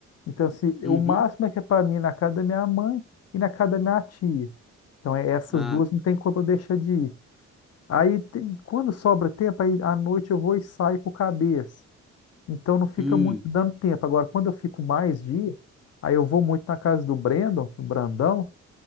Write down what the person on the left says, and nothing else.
Então, assim,
o máximo é que é para mim na casa da minha mãe e na casa da minha tia. Então, é, essas
duas não tem como eu deixar de ir. Aí, tem- quando sobra tempo, aí à noite eu vou e saio com o cabeça. Então, não fica
muito dando tempo. Agora, quando eu fico mais dia, aí eu vou muito na casa do Brandon, do Brandão.